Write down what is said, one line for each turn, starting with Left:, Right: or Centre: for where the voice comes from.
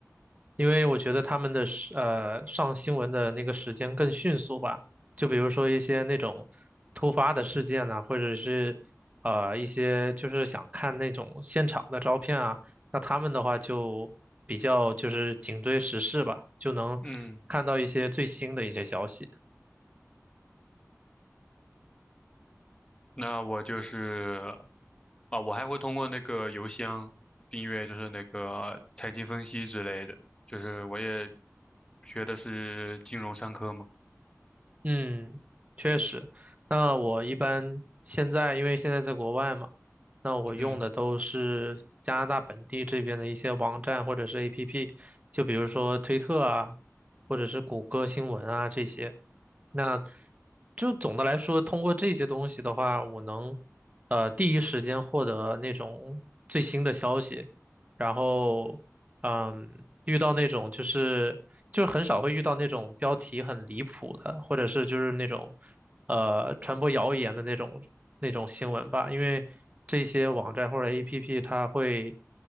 Right: 因为我觉得他们的时呃上新闻的那个时间更迅速吧，就比如说一些那种突发的事件呐，或者是呃一些就是想看那种现场的照片啊，那他们的话就比较就是紧追时事吧，就能看到一些最新的一些消息。
Left: 嗯。那我就是啊，我还会通过那个邮箱订阅，就是那个财经分析之类的，就是我也学的是金融商科嘛。
Right: 嗯，确实。那我一般现在因为现在在国外嘛，那我用的都是加拿大本地这边的一些网站或者是
Left: 嗯
Right: APP，就比如说推特啊，或者是谷歌新闻啊这些。那就总的来说，通过这些东西的话，我能呃第一时间获得那种最新的消息，然后嗯，遇到那种就是就很少会遇到那种标题很离谱的，或者是就是那种呃传播谣言的那种那种新闻吧，因为这些网站或者 APP 它会